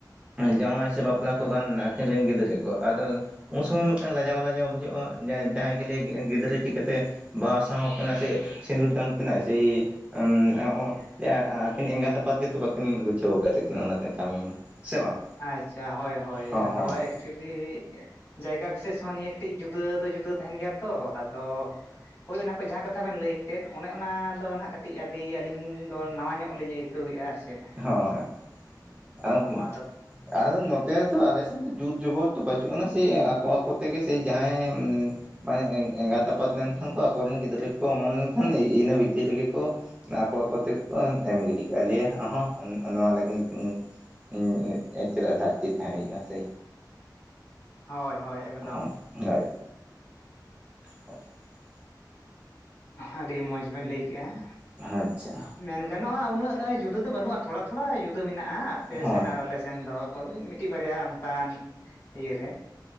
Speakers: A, on the right (about 15°); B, on the left (about 35°).
A: ᱡᱟᱶᱟᱭ ᱥᱮ ᱵᱟᱯᱞᱟ ᱠᱚ ᱜᱟᱱ ᱮᱱᱟ ᱟᱹᱠᱤᱱ ᱨᱮᱱ ᱜᱤᱫᱽᱨᱟᱹ ᱠᱚ ᱟᱫᱚ ᱩᱱ ᱥᱚᱢᱚᱭ ᱢᱤᱫᱴᱟᱝ ᱞᱟᱡᱟᱣ ᱞᱟ ᱡᱟᱣ ᱵᱩᱡᱷᱟᱹᱜᱼᱟ ᱡᱟ ᱡᱟᱦᱟᱸᱭ ᱜᱮ ᱞᱟ. ᱭ ᱠᱮ ᱜᱤᱫᱽᱨᱟᱹ ᱪᱤᱠᱟᱹᱛᱮ ᱵᱟᱦᱟᱥᱟᱣ ᱠᱤᱱᱟ ᱥᱮ ᱥᱤᱸᱫᱩᱨ ᱫᱟᱱ ᱠᱤᱱ ᱥᱮ <unintelligible> ᱟᱹᱠᱤᱱ ᱮᱸᱜᱟᱛ ᱟᱯᱟᱛ ᱜᱮᱛᱚ ᱵᱟᱹᱠᱤᱱ ᱜᱩᱪᱷᱟᱹᱣ ᱟᱠᱟᱫ ᱛᱟᱹᱠᱤᱱ᱾ ᱱᱚᱜ ᱱᱚᱝᱠᱟᱱ ᱠᱟᱹᱢᱤ᱾ ᱢᱟ ᱥᱮ ᱵᱟᱝ
B: ᱟᱪᱪᱷᱟ ᱦᱳᱭ ᱦᱳᱭ
A: ᱦᱚᱸ
B: ᱟᱫᱚ
A: ᱦᱳᱭ
B: ᱮᱠᱪᱩᱭᱮᱞᱤ ᱡᱟᱭᱜᱟ ᱵᱤᱥᱮᱥ ᱦᱚᱸ ᱱᱤᱭᱟᱹ ᱠᱟᱹᱴᱤᱡ ᱡᱩᱫᱟᱹ ᱫᱚ ᱡᱩᱫᱟᱹ ᱛᱟᱦᱮᱱ ᱜᱮᱭᱟ ᱛᱚ ᱟᱫᱚ ᱦᱳᱭ ᱚᱱᱟ ᱠᱚ ᱡᱟᱦᱟᱸ ᱠᱟᱛᱷᱟ ᱵᱮᱱ ᱞᱟᱹᱭ ᱠᱮᱫ ᱚᱱᱮ ᱚᱱᱟᱫᱚ ᱱᱟᱦᱟᱜ ᱠᱟᱹᱴᱤᱡ ᱟᱹᱰᱤ ᱟᱹᱞᱤᱧᱫᱚ ᱱᱟᱣᱟ ᱧᱚᱜ ᱞᱤᱧ ᱟᱹᱭᱠᱟᱹᱣᱮᱫᱼᱟ ᱟᱨ ᱪᱮᱫ᱿
A: ᱦᱳᱭ ᱟᱨ
B: ᱦᱚᱸ ᱟᱫᱚ
A: ᱟᱫᱚ ᱱᱚᱛᱮ ᱦᱚᱛᱚ ᱟᱞᱮ ᱥᱮᱱ ᱫᱚ ᱡᱩᱛ ᱡᱚᱵᱚᱛ ᱫᱚ ᱵᱟᱹᱪᱩᱜ ᱟᱱᱟ ᱥᱮ ᱟᱠᱚ ᱟᱠᱚ ᱛᱮᱜᱮ ᱥᱮ ᱡᱟᱦᱟᱸᱭ ᱢᱟᱱᱮ ᱮ-ᱮᱸᱜᱟᱛ ᱟᱯᱟᱛ ᱞᱮᱱᱠᱷᱟᱱ ᱠᱚ ᱟᱠᱚᱨᱮᱱ ᱜᱤᱫᱽᱨᱟᱹ ᱠᱚ ᱚᱢᱚᱱ ᱞᱮᱱᱠᱷᱟᱱ ᱤᱱᱟᱹ ᱵᱷᱤᱛᱤᱨ ᱨᱮᱜᱮ ᱠᱚ ᱟᱠᱚ ᱟᱠᱚ ᱛᱮᱜᱮ ᱠᱚ ᱮᱢ ᱜᱤᱰᱤ ᱠᱟᱜᱼᱟ ᱞᱟ. ᱭᱟ ᱚᱦᱚᱜ ᱱᱚᱣᱟ ᱞᱟᱹᱜᱤᱫ <unintelligible> ᱪᱮᱫᱟᱜ ᱜᱷᱟᱹᱴᱛᱤ ᱛᱟᱦᱮᱸ ᱦᱩᱭᱩᱜᱼᱟ ᱥᱮ
B: ᱦᱳᱭ ᱦᱳᱭ ᱮᱠᱫᱚᱢ
A: ᱦᱚᱸ ᱦᱳᱭ <unintelligible>
B: ᱟᱹᱰᱤ ᱢᱚᱸᱡᱽ ᱵᱮᱱ ᱞᱟᱹᱭ ᱠᱮᱜᱼᱟᱰ᱾
A: ᱟᱪᱪᱷᱟ
B: ᱢᱮᱱ ᱜᱟᱱᱚᱜᱼᱟ ᱩᱱᱟᱹᱜ ᱡᱩᱫᱟᱹ ᱫᱚ ᱵᱟᱹᱱᱩᱜᱼᱟ ᱛᱷᱚᱲᱟ ᱛᱷᱚᱲᱟ ᱡᱩᱫᱟᱹ ᱢᱮᱱᱟᱜᱼᱟ ᱟᱯᱮᱥᱮᱱ
A: ᱦᱳᱭ
B: ᱟᱨ ᱟᱞᱮᱥᱮᱱ ᱫᱚ᱾ ᱦᱚᱭ ᱢᱤᱫᱴᱤᱜ ᱵᱟᱨᱭᱟ ᱚᱱᱠᱟᱱ ᱤᱭᱟᱹᱨᱮ